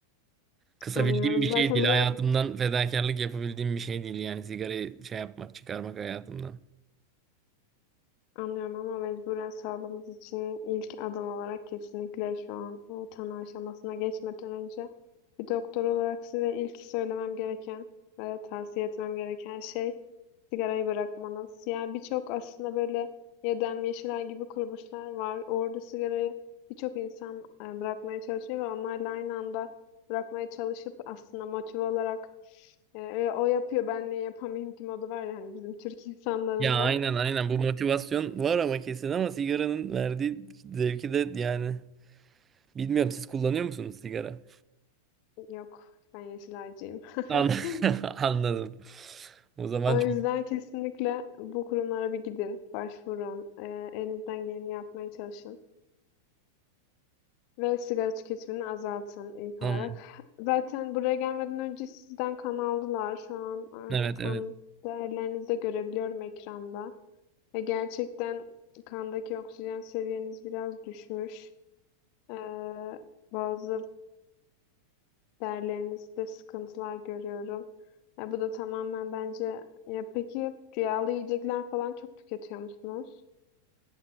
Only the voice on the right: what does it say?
Kısabildiğim
bir şey
değil.
Hayatımdan fedakarlık yapabildiğim bir şey değil yani sigarayı şey yapmak, çıkarmak hayatımdan.
Ya aynen aynen bu motivasyon var ama kesin ama sigaranın verdiği zevki de yani bilmiyorum siz kullanıyor musunuz sigara?
An- <laughs> Anladım. O zaman
çok
tamam.
Evet
evet.